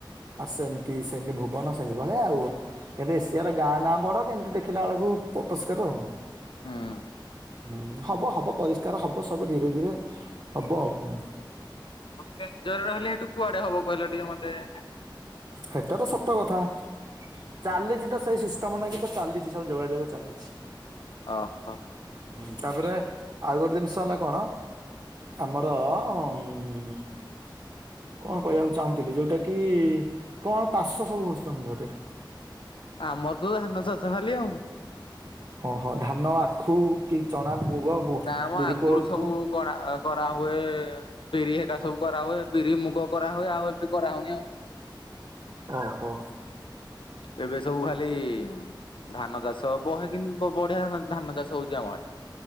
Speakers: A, on the right (about 45°); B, on the left (about 80°).
A: ଆ ସେମିତି ସେମିତି ଭୁବନ ସେହିଭଳିଆ ଆଉ କିନ୍ତୁ ଏସିଆର ଗାଁ ନାଁ ବଡ କେମିତି ଦେଖିଲାବେଳକୁ ଅପରିଷ୍କାର
B: ହୁଁ।
A: ହୁଁ ହବ ହବ ପରିଷ୍କାର ହବ ସବୁ ଧୀରେ ଧୀରେ ହବ ଆଉ
B: ଗେଞ୍ଜରେ ରହିଲେ ହେଠୁ କୁଆଡେ ହବ କହିଲ ଟିକେ ମତେ?
A: ହେଟା ତ ସତ କଥା। ଚାଲିଛି ତ ସେଇ ସିଷ୍ଟମ ନା କି ତ ଚାଲିଛି ସବୁ ଯୋଗାଯୋଗ ଚାଲିଛି।
B: ଓ ହଁ।
A: ହୁଁ ତାପରେ ଆଉ ଗୋଟେ ଜିନିଷ ହେଲା କଣ- ଆମର ଉ- କଣ କହିବାକୁ ଚାହୁଁଥିଲି ଯୋଉଟା କି କଣ ତାଷ ସବୁ ହଉଛି ତମର ହେଠି?
B: ଆମର ତ ଧାନ ଚାଷ ଖାଲି ଆଉ।
A: ଓହୋ ଧାନ ଆଖୁ କି ଚଣା ମୁଗ ବୁ
B: ନା ମ
A: ବିରି
B: ଆଗରୁ
A: କୋଳଥ
B: ସବୁ କରା କରାହୁଏ ବିରି ହେକା ସବୁ କରାହୁଏ ବିରି ମୁଗ କରାହୁଏ ଆଉ ଏବେ କରା ହଉନି ଆଉ।
A: ଓ ହୋ।
B: ଏବେ ସବୁ ଖାଲି ଧାନ ଚାଷ ବହ କି ବଢିଆ ଧାନ ଚାଷ ହଉଛି ଆମ ଆଡେ।